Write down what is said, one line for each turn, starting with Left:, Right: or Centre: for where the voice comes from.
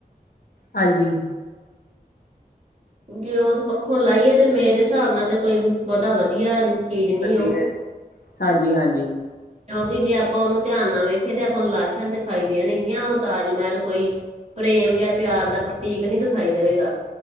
Left: ਹਾਂਜੀ।
Right: ਜੇ ਉਸ ਪੱਖੋਂ ਲਾਈਏ ਤੇ ਮੇਰੇ ਹਿਸਾਬ ਨਾਲ ਤੇ ਕੋਈ ਬੋਹਤਾ ਵਧੀਆ ਨ- ਚੀਜ਼ ਨੀ
Left: ਵਧੀਆ
Right: ਉਹ।
Left: ਜੀ ਹਾਂਜੀ ਹਾਂਜੀ
Right: ਕਿਉਂਕਿ ਜੇ ਆਪਾਂ ਉਹਨੂੰ ਧਿਆਨ ਨਾਲ ਵੇਖੀਏ ਤੇ ਆਪਾਂ ਨੂੰ ਲਾਸਾ਼ ਦਿਖਾਈ ਦੇਣਗੀਆਂ ਉਹ ਤਾਜ ਮਹਿਲ ਕੋਈ, ਪ੍ਰੇਮ ਜਾਂ ਪਿਆਰ ਦਾ ਪ੍ਰਤੀਕ ਨਹੀਂ ਦਿਖਾਈ ਦੇਏਗਾ।